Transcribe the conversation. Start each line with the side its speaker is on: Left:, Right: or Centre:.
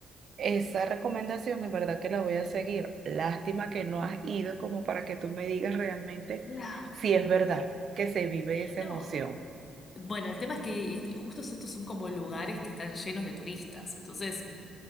Right: esa recomendación es verdad que la voy a seguir. Lástima que no has ido como para que tú me digas realmente
Left: Claro.
Right: si es verdad que se vive esa
Left: No.
Right: emoción.
Left: Bueno, el tema es que este, justo estos son como lugares que están llenos de turistas, entonces